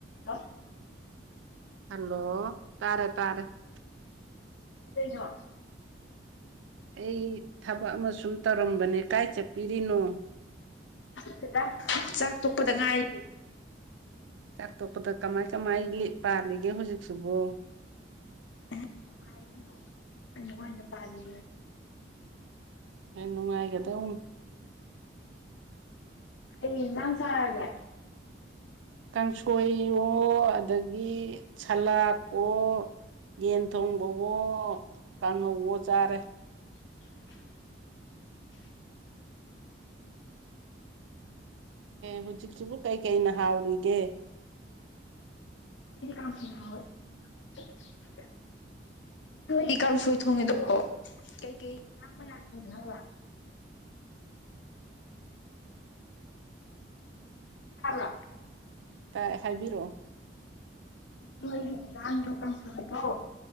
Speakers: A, on the left (about 75°); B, on the right (about 80°).
A: ꯑ
B: ꯍꯜꯂꯣ ꯇꯥꯔꯦ ꯇꯥꯔꯦ
A: ꯀꯩꯗꯧꯔꯤꯅꯣ
B: ꯑꯩ ꯊꯕꯛ ꯑꯃ ꯁꯨꯝ ꯇꯧꯔꯝꯕꯅꯦ ꯀꯥꯏ ꯆꯠꯄꯤꯔꯤꯅꯣ
A: ꯊꯖꯗꯦꯗꯥ ꯆꯥꯛ ꯇꯣꯛꯄꯗ ꯉꯥꯏ
B: ꯆꯥꯛ ꯇꯣꯄꯗ ꯀꯃꯥꯏ ꯀꯃꯥꯏ ꯄꯥꯔꯤꯒꯦ ꯍꯧꯖꯤꯛꯁꯤꯕ
A: ꯅꯨꯡꯉ ꯅꯨꯡꯉꯥꯏꯅ ꯇꯥꯗꯦ
B: ꯌꯥꯝ ꯅꯨꯡꯉꯥꯏꯗꯧꯅꯤ
A: ꯀꯩ ꯏꯟꯁꯪ ꯆꯔꯒ
B: ꯀꯥꯡꯁꯣꯏꯌꯣ ꯑꯗꯒꯤ ꯁꯂꯥꯛ ꯑꯣ ꯌꯦꯟ ꯊꯣꯡꯕꯋꯣ ꯀꯥꯡꯉꯧꯋꯣ ꯆꯥꯔꯦ
A: <unintelligible>
B: ꯍꯧꯖꯤꯛꯁꯤꯕꯨ ꯀꯩ ꯀꯩꯅ ꯍꯥꯎꯔꯤꯒꯦ
A: ꯑꯩꯗꯤ ꯀꯟꯁꯣꯏꯅꯥ ꯍꯥꯑꯣꯏ ꯏ ꯀꯥꯡꯁꯣꯏ ꯊꯣꯡꯉꯤꯗ ꯀꯩꯀꯩ ꯍꯤꯟꯖꯡ ꯍꯥꯏꯕꯔꯣ
B: ꯇꯏ ꯍꯥꯏꯕꯤꯔꯛꯑꯣ
A: ꯨꯅꯣꯌꯒꯤ ꯏꯟꯁꯥꯡ ꯗꯀꯥꯟ ꯁꯠꯇꯣ